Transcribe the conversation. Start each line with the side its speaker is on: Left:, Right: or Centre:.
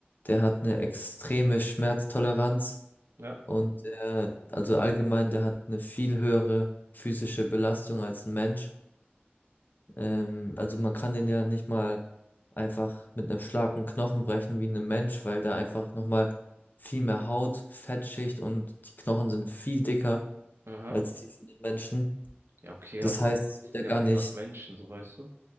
Left: der hat eine extreme Schmerztoleranz
Right: Ja.
Left: und äh, also allgemein, der hat eine viel höhere physische Belastung als ein Mensch. Ähm, also man kann den ja nicht mal einfach mit einem Schlag einen Knochen brechen wie ein Mensch, weil da einfach noch mal viel mehr Haut, Fettschicht und die Knochen sind viel dicker.
Right: Aha.
Left: als die vielen Menschen.
Right: Ja, okay,
Left: Das
Right: aber
Left: heißt,
Right: auch,
Left: es
Right: das
Left: wird ja
Right: sind
Left: gar
Right: ja 100
Left: nicht.
Right: Menschen, so weißt du.